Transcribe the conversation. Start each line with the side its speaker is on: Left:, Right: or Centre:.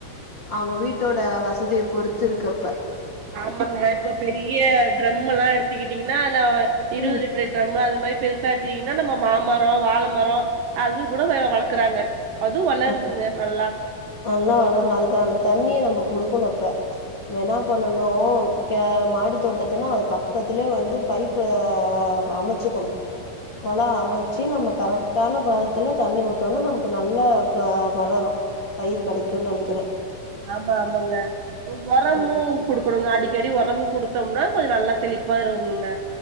Left: அவுங்க வீட்டோட வசதிய பொறுத்து இருக்குப்ப
Right: ஆமாங்க இப்ப பெரிய ட்ரம் எல்லா எடுத்துக்கிட்டிங்கன்னா <unintelligible> இருவதுலிட்டர்
Left: ம்
Right: டரம் அது மை பெரிஸ் பாத்தீங்கன்னா நம்ம மாமரோ வால மரோ அது கூட வளக்குறாங்க அதுவு வளருதுங்க
Left: அப்
Right: நல்லா
Left: நல்லா வளரு அதுக்கான தண்ணி நம் குடுக்குனு அப்ப. நம்ப ன்னா பண்ணனு ஏ மாடி தோட்டத்துன்னா அது பக்கத்திலே வந்து பைப்பு அ அமைச்சிக்கணு கொல அமச்சி நம்ம கரெக்ட்டான பதத் துல தண்ணி வுட்டோனே நமக்கு நல்லா வ வளரு பயிர் கெடைக்கு நெனைக்கறே
Right: ஆமா ஆமாங்க ஒரம்மு
Left: ம்
Right: குடுக்கணுங்க அடி க்கடி ஒரமு குடுத்தோம்னா கொஞ்ச நல்லா செழிப்பா இருக்கும்ங்க